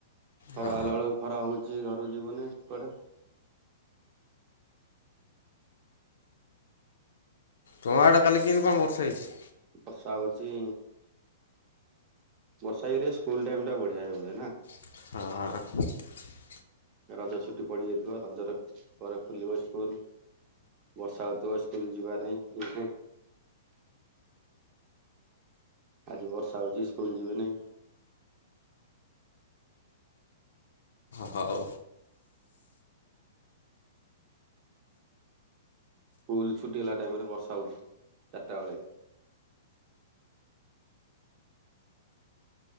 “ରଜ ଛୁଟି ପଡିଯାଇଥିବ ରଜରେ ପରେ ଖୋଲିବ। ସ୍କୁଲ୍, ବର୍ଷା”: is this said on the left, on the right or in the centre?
Right